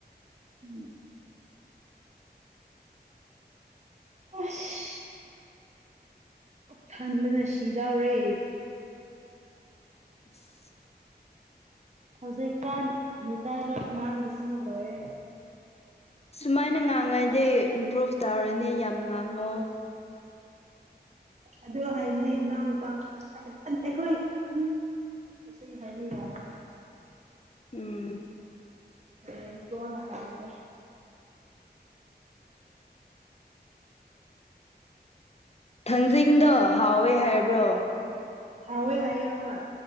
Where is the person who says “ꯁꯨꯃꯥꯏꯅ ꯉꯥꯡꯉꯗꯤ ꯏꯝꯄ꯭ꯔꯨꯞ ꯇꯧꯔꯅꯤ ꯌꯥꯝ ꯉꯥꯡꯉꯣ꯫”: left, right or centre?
Left